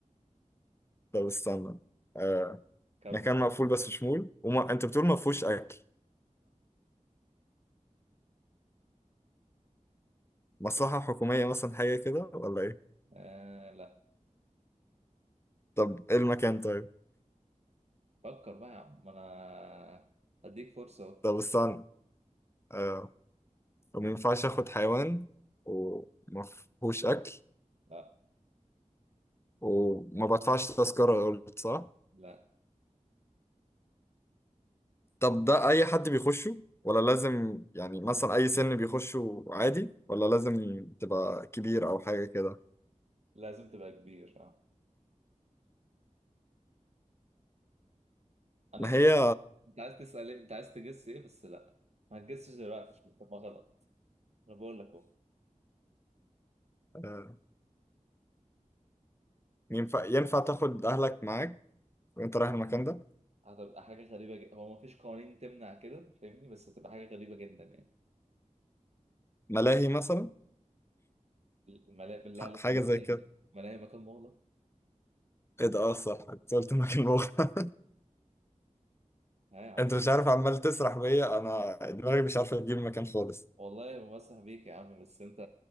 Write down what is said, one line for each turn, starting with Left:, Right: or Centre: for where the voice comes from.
Left: طب استنى آه،
Right: كمل
Left: مكان مقفول بس شمول وما...
Right: آه.
Left: انت بتقول ما فيهوش اكل مصلحة حكومية مثلا حاجة كده ولا ايه
Right: اه لا
Left: طب ايه المكان طيب
Right: فكر بقى يا عم ما انا هديك فرصة أهو.
Left: طب استنى آه وما ينفعش اخد حيوان وما فيهوش اكل
Right: لا
Left: وما بدفعش تذكرة قلت صح
Right: لا
Left: طب ده اي حد بيخشه ولا لازم يعني مثلا اي سن بيخشه عادي ولا لازم تبقى كبير او حاجة كده
Right: لازم تبقى كبير اه انا
Left: ما
Right: فاهم
Left: هي
Right: انت عايز تسأل ايه انت عايز تجس ايه بس لا ما هتجسش دلوقتي عشان تبقى غلط انا بقول لك اهو
Left: آه، ينفع ينفع تاخد اهلك معاك وانت رايح المكان ده
Right: هتبقى حاجة غريبة جدا هو ما فيش قوانين تمنع كده فاهمني بس هتبقى حاجة غريبة جدا يعني
Left: ملاهي مثلا
Right: ملاهي بالله
Left: ح-
Right: عليك
Left: حاجة
Right: ملاهي
Left: زي كده
Right: ملاهي مكان مغلق
Left: ايه ده اه صح انت قلت مكان مغلق
Right: ها يا عم
Left: انت مش عارف عمال تسرح بيا انا دماغي مش عارفه تجيب مكان خالص
Right: والله ما بمسح بيك يا عم بس انت